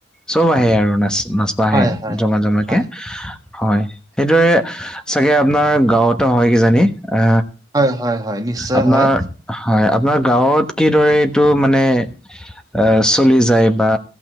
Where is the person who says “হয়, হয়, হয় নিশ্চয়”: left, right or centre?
Right